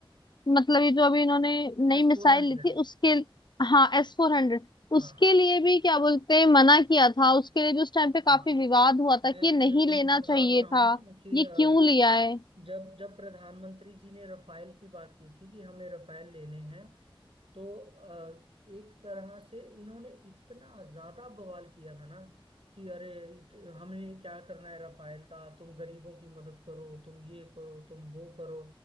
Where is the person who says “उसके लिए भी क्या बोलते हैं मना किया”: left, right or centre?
Left